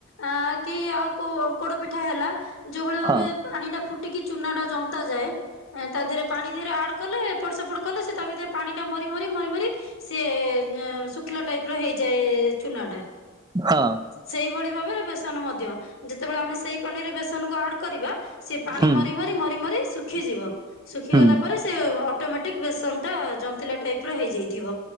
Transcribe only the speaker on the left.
ଆ କି ଆଉ କୋଉ ପୋଡ ପିଠା ହେଲା ଯୋଉଭଳି ଭାବେ
ପାଣି ଟା ଫୁଟିକି ଚୁନାଟା ଜନ୍ତା ଯାଏ। ତା ଦେହେରେ ପାଣି ଦିହରେ ଆଡ କଲେ, ଏପଟ ସେପଟ କଲେ ସେ ତା ଭିତରେ ପାଣି ଟା ମରି ମରି ମରି ମରି ସିଏ ଶୁଖିଲା ଟାଇପର ହେଇଯାଏ ଚୁନା ଟା,
ସେଇଭଳି ଭାବରେ ବେସନ ମଧ୍ଯ ଯେତେବେଳେ ଆମେ ସେଇ ପାଣିରେ ବେସନକୁ ଆଡ କରିବା, ସିଏ ପାଣି
ମରି ମରି ମରି ମରି ଶୁ ଶୁଖିଯିବ ଶୁଖିଗଲା
ପରେ, ସେ ଅଟୋମେଟିକ ବେସନଟା ଜନ୍ତିଲା ଟାଇପର ହେଇଯାଇଥିବ।